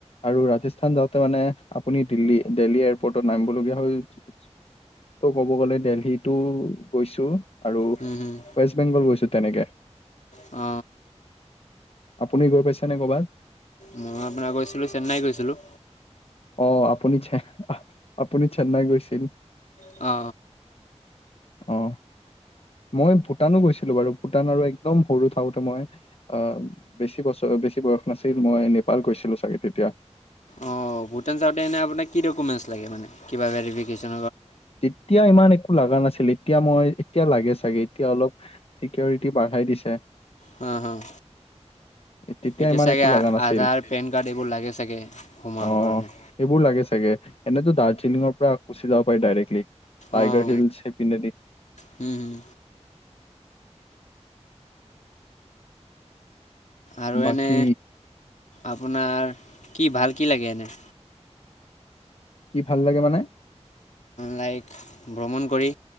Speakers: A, on the left (about 55°); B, on the left (about 80°).
A: আৰু ৰাজস্থান, যাওঁতে মানে আপুনি দিল্লী, দেলহী এয়াৰপৰ্টট নামিব লগা হয়। যে। ত' ক'ব গ'লে দেলহিতো গৈছো। আৰু
B: হুম হুম।
A: ৱেষ্ট বেংগল গৈছো তেনেকে
B: অ
A: আপুনি গৈ পাইছে নে ক'বাত?
B: মই আপোনাৰ গৈছিলো চেন্নাই গৈছিলো।
A: অ আপুনি চেহ আপুনি চেন্নাই, গৈছিল।
B: অ
A: অ মই ভূটানো গৈছিলো বাৰু ভূটান, আৰু একদম সৰু থাকোতে মই অ বেছি বছৰ- বেছি বয়স নাছিল মই নেপাল গৈছিলো চাগে তেতিয়া
B: অ ভূটান চাওঁতে এনে আপোনাক কি ডকোমেণ্ট লাগে মানো কিবা ভেৰিবিকেশ্যন-
A: তেতিয়া ইমান একো লগা নাছিল এতিয়া মই এতিয়া লাগে চাগে এতিয়া অলপ চিকিৰটি বাঢ়াই দিছে।
B: হম হম।
A: তেতিয়া
B: এতিয়া
A: ইমান
B: চাগে
A: একো লগা নাছিল
B: আধাৰ পেন কাৰ্ড এইবোৰ লাগে চাগে সোমাব
A: অ
B: কাৰণে
A: সেইবোৰ লাগে এনেটো দাৰ্জিলিঙৰ পৰা গুচি যাব পাৰে ডাইৰেক্ট টাইগাৰ
B: অঁ
A: হিলছ সেইপিনেদি-
B: হুম হুম। আৰু
A: বাকী
B: এনে আপোনাৰ কি ভাল কি লাগে এনে
A: কি ভাল লাগে মানে
B: লাইক ভ্ৰমণ কৰি